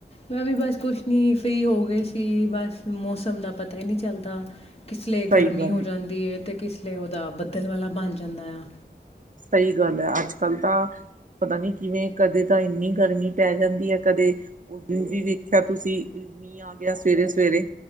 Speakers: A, on the left; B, on the right.
A: ਮੈਂ ਵੀ ਬਸ ਕੁਛ ਨੀ ਫਰੀ ਹੋ ਗਏ ਸੀ ਬਸ ਮੌਸਮ ਦਾ ਪਤਾ ਹੀ ਨਹੀ ਚੱਲਦਾ ਕਿਸ ਲਈ
B: ਸਹੀ
A: ਗਰਮੀ
B: ਗੱਲ
A: ਹੋ ਜਾਂਦੀ ਏ ਅਤੇ ਕਿਸ ਲਈ ਉਹਦਾ ਬੱਦਲ ਵਾਲਾ ਬਣ ਜਾਂਦਾ ਆ
B: ਸਹੀ ਗੱਲ ਹੈ ਅੱਜ ਕੱਲ੍ਹ ਤਾਂ ਪਤਾ ਨੀ ਕਿਵੇਂ ਕਦੇ ਤਾਂ ਇੰਨੀ ਗਰਮੀ ਪੈ ਜਾਂਦੀ ਹੈ ਕਦੇ ਉਸ ਦਿਨ ਵੀ ਵੇਖਿਆ ਤੁਸੀਂ ਮੀਹ ਆ ਗਿਆ ਸਵੇਰੇ ਸਵੇਰੇ